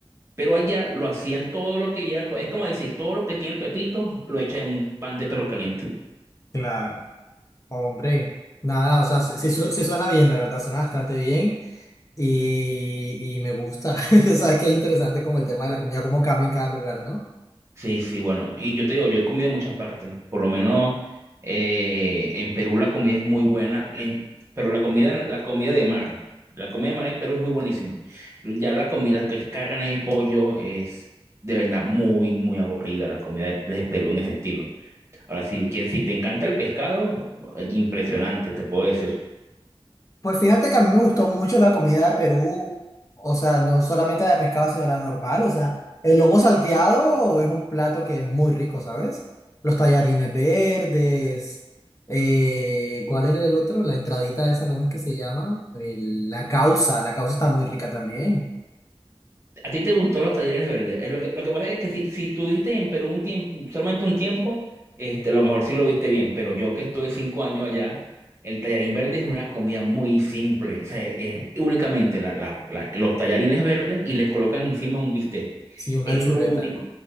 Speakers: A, on the right; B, on the left.
A: Pero allá lo hacían todo lo que ya, es como decir, todo lo que tiene el pepito lo echa en un pan de perro caliente.
B: Claro. Hombre, nada, o sea, sí, sí su- sí suena bien, la verdad, suena bastante bien y, y me gusta. <laughs> O sea, es que es interesante como el tema de la comida, cómo cambia en cada lugar, ¿no?
A: Sí, sí, bueno, y yo te digo, yo he comido en muchas partes, por lo menos eh, en Perú la comida es muy buena, en- pero la comida, la comida de mar, la comida de mar en Perú es muy buenísima. Ya la comida que es carne y pollo es de verdad muy, muy aburrida la comida de, de Perú en ese estilo. Ahora, si quieres, si te encanta el pescado, impresionante, te puedo decir.
B: Pues fíjate que a mí me gustó mucho la comida de Perú, o sea, no solamente la de pescado, sino la normal, o sea, el lomo salteado es un plato que es muy rico, ¿sabes? Los tallarines verdes, eh, ¿cuál era el otro? La entradita esa, ¿cómo es que se llama? El- la causa, la causa está muy rica también,
A: A ti te gustó los tallarines verdes. Es Lo que, lo que pasa es que si, si tuviste en Perú un tiempo, solamente un tiempo, este, a lo mejor sí lo viste bien, pero yo que estuve cinco años allá, el tallarín verde es una comida muy simple. O sea, es únicamente la- la- la- los tallarines verdes y le colocan encima un bistec.
B: sí, una
A: Es
B: chuleta.
A: lo único.